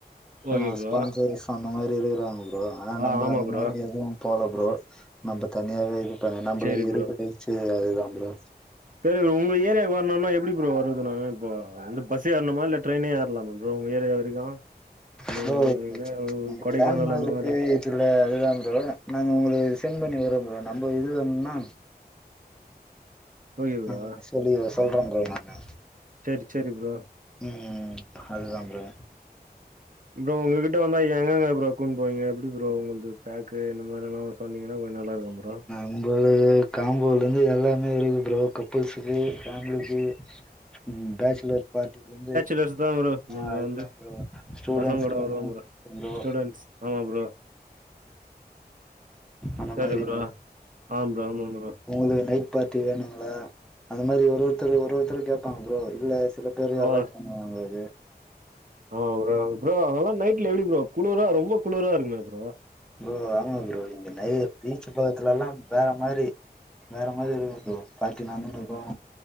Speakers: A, on the right; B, in the centre.
A: ஓகே
B: அ
A: ப்ரோ
B: ஸ்பான்சரிஸ் அந்த மாதிரி இருக்கிறாங்க ப்ரோ ஆனா
A: ஆ
B: நம் ம்ப
A: ஆமா
B: அந்த
A: ப்ரோ
B: மாரி எதுவு போல ப்ரோ நம்ம தனியாவே இருப்போ ஏனா நம்பள
A: சரி
B: இருவரை இது அதுதா ப்ரோ
A: சேரி ப்ரோ உங்க ஏரியாவுக்கு வர்ணுனா எப்டி ப்ரோ வர்றது நாங்க இப்ப வந்து பஸ்ஸு ஏறணுமா இல்ல ட்ரெயினே ஏற்லாமா ப்ரோ உங்க ஏரியா வரைக்கு இல்ல
B: ப்ரோ
A: உங்க
B: இங்க
A: இது
B: எங்கிட்ட
A: கொடைக்கானல்
B: டான்மா
A: அந்த
B: இருக்கு
A: மாரி
B: தில்லி அதுதா ப்ரோ நாங்க உங்களுக்கு சென்ட் பண்ணி விட்றோ ப்ரோ நம்ப இது வேணும்னா
A: ஓகே ப்ரோ
B: நா அப்ப சேரி சொல்ற ப்ரோ நானு
A: சேரி சேரி ப்ரோ
B: ம் ம் அதுதா ப்ரோ
A: ப்ரோ உங்ககிட்ட வந்தா எங்கெங்க ப்ரோ கூட்னு போவீங்க எப்டி ப்ரோ உங்கள்து பேக்கு இந்த மாரியெல்லா சொன்னீங்கனா கொஞ்ச நல்லா இருக்கு ப்ரோ
B: நம்பளுது காம்போலருந்து எல்லாமே இருக்கு ப்ரோ கப்புள்ஸுக்கு ஃபேம்லிக்கு ம் பேச்சுலர் பார்ட்டிக்கு வந்து
A: பேசு தா ப்ரோ
B: ஆ
A: நம்ம
B: அதுதா
A: வந்து
B: ப்ரோ ஸ்டூடண்ட்ஸ்க்கு
A: பசங்களோட
B: வேணுனா
A: வருவோம்
B: ப்ரோ
A: ஸ்டூடண்ட்ஸ். ஆமா ப்ரோ.
B: அந்த
A: சேரி
B: மாரி
A: ப்ரோ ஆமா ப்ரோ ஆமா ப்ரோ
B: உங்களுக்கு நைட் பார்ட்டி வேணுங்களா அது மாரி ஒரு ஒருத்தரு ஒரு ஒருத்தரு கேப்பாங்க ப்ரோ இல்ல சில பேரு
A: ஓ
B: அவாய்ட் பண்ணுவாங்க இது
A: ஆமா ப்ரோ ப்ரோ அங்கெல்லா நைட்ல எப்டி ப்ரோ குளுரா ரொம்ப குளுரா இருக்குமே ப்ரோ
B: ப்ரோ ஆமா ப்ரோ இங்க நெறைய பீச்சு பக்கத்துலலா வேற மாதிரி வேற மாறி இருக்கும் ப்ரோ பார்ட்டி நடந்துன்னு இருக்கும்